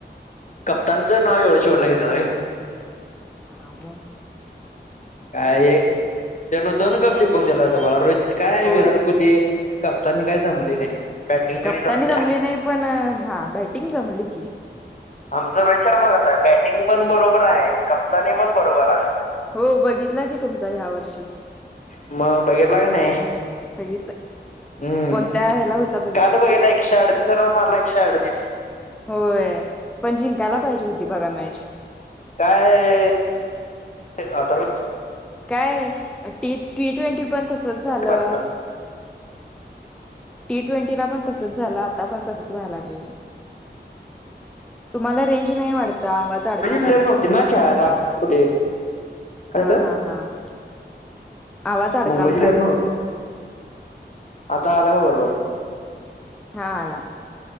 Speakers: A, on the left; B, in the centre.
A: कप्तानचं नाव एवढा शेवढला घेेतला काय?
B: हा म.
A: काया त्यानं दोन कप जिकून दिला हो तुम्हाला रोहित काय
B: होय
A: विराट कोहली ते कप्तानी काय जमली नाही बॅटिंग तेवढी
B: गप्तानी
A: जमत्या.
B: जमली नाही पण हा बॅटिंग जमली की.
A: आमचा रोहित शर्मा कसा आहे बॅटिंग पण बरोबर आहे, कप्तानी पण बरोबर आहे.
B: हो बघितला की तुमचा ह्यावर्षी.
A: म बघितला का नाही?
B: बघितलं.
A: उम्म
B: कोणत्या ह्याला होता बघितलं
A: कालं
B: की
A: बघितला एकशे अडतीस ना मारला एकशे अडतीस
B: होय पण जिंकायला पाहिजे होती बघा मॅच.
A: काय ये, वातावरण
B: काये? टी-टी ट्वेंटी पण तसच झालं.
A: मुंबईची
B: टी ट्वेंटीला पण तसच झालं, आता पण तसच व्हाया लागल. तुम्हाला रेंज नाही वाटत, आवाज चडका झालाय,
A: प्लेअर नव्हती ना खेळायला कुठे काय
B: हां
A: झालं
B: हां हं. आवाज अडकलता.
A: मुंबईची प्लेअर नव्हती आता आला का बरोबर?
B: हां आला.